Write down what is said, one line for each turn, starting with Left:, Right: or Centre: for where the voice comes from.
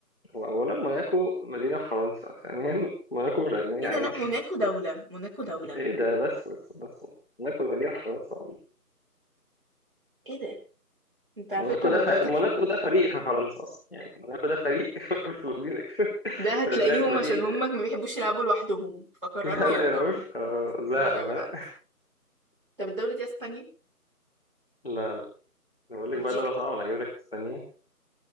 Left: وأولا موناكو مدينة في فرنسا ثانيا موناكو مش أغنية
Right: ايه
Left: عادي
Right: ده لا موناكو دولة موناكو دولة
Left: <laughs> إيه ده بس بس بس موناكو مدينة في فرنسا
Right: ايه ده انت على
Left: موناكو
Right: فكرة
Left: ده
Right: معلوماتك
Left: ف... موناكو
Right: في
Left: ده فريق في فرنسا اصلا يعني موناكو ده فريق <laughs> في مدينه
Right: ده هتلاقيهم
Left: كده زي في مدينه
Right: عشان هم
Left: يعني.
Right: ما بيحبوش يلعبوا لوحدهم فقرروا
Left: لا لا
Right: ينضموا
Left: يلعبوش آه زهقوا
Right: هم دولة
Left: ها
Right: عادي طب الدولة دي اسبانيا
Left: لا لا أنا بقول
Right: بلجيكا
Left: لك بقى دوله صعبه انا هجيب لك اسبانيا